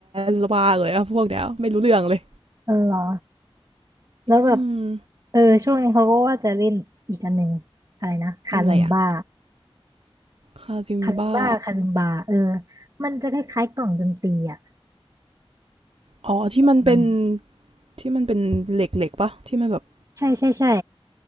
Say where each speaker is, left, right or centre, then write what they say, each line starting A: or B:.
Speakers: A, on the right (about 70°); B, on the right (about 35°).
A: สบ้าเลยอะพวกเนี้ยไม่รู้เรื่องเลย
B: เออเหรอแล้วแบบ
A: อืม
B: เออช่วงนี้เขาก็ว่าจะเล่นอีกอันหนึ่งอะไรนะคาลิมบ้า
A: เล่นอะไรอะคาซิมบ้า
B: คาลิมบ้าคาลิมบาเออมันจะคล้ายๆกล่องดนตรีอ่ะ
A: อ๋อที่มันเป็น
B: ประมาณนั้น
A: ที่มันเป็นเหล็กๆปะที่มันแบบ
B: ใช่ใช่ใช่